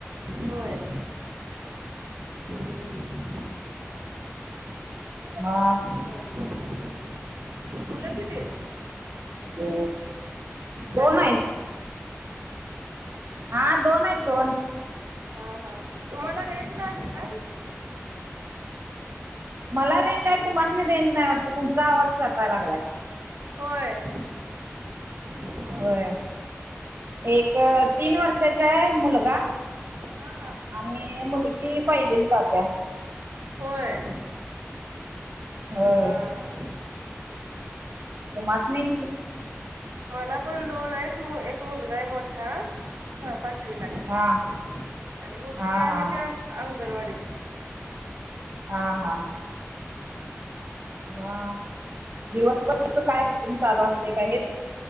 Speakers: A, on the right (about 90°); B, on the right (about 50°).
A: होय. हम्म
B: <inaudible> हा.
A: चालेल चालेल. मुलं किती आहेत?
B: हो हो
A: हॅलो
B: दोन आहेत. हा दोन आहेत दोन.
A: हा हा तुम्हाला रेंज नाही काय?
B: एक मला रेंज आहे तुम्हाच नाही रेंज नाही वाटत तुमचा आवाज काय तटा लागलाय.
A: होय. हा
B: होय एक तीन वर्षाचा आहे मुलगा.
A: हा हा.
B: आणि मुलगी पहिलीच जात्या.
A: होय.
B: होय.
A: हा.
B: तुमसनी.
A: मला पण दोन आहेत एक मुलगा आहे मोठा. सहा पाचवी ला आहे
B: हा
A: आणि मुलगी
B: हा हा
A: आहे ते अ अंगणवाडीला.
B: हा हा.
A: हम्.
B: ह दिवसभरच काय रेटिंग चालू असते का हेच?